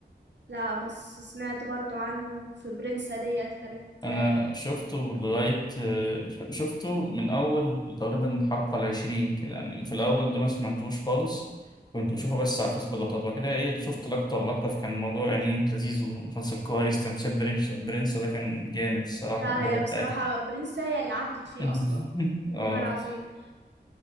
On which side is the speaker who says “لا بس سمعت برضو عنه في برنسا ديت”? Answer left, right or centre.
Right